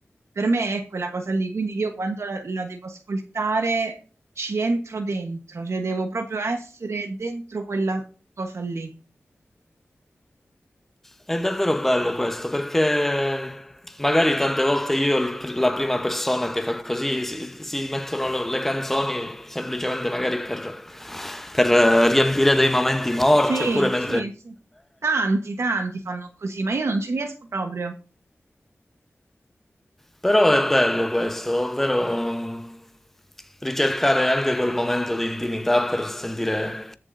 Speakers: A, on the right; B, in the centre.
A: Per me è quella cosa lì, quindi io quando la, la devo ascoltare ci entro dentro, cioè devo proprio essere dentro quella cosa lì.
B: È davvero bello questo perché magari tante volte io, il pr- la prima persona che fa così, si, si mettono le le canzoni semplicemente magari per, per eh, riempire dei momenti morti
A: Sì,
B: oppure mentre...
A: sì, sì. Tanti, tanti fanno così, ma io non ci riesco proprio.
B: Però è bello questo, ovvero mm, ricercare anche quel momento di intimità per sentire